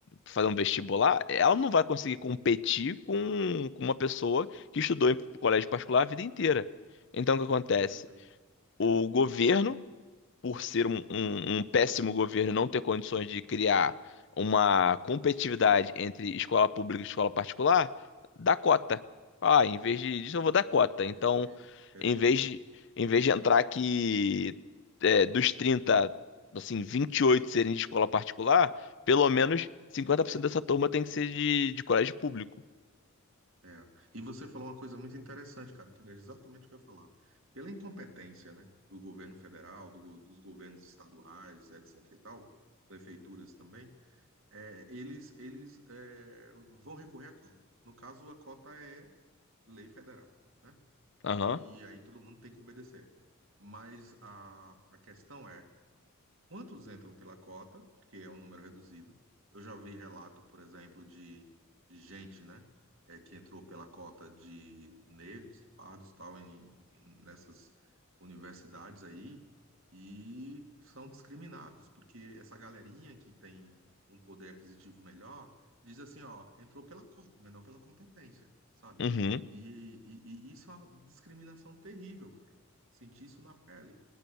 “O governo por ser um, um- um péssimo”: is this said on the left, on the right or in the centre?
Left